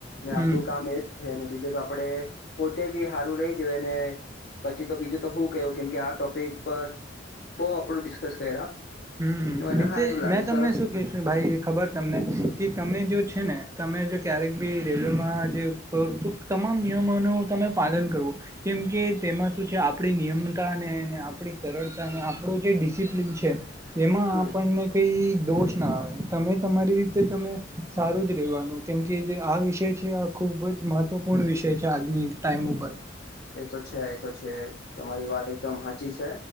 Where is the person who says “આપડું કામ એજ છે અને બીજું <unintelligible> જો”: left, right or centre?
Left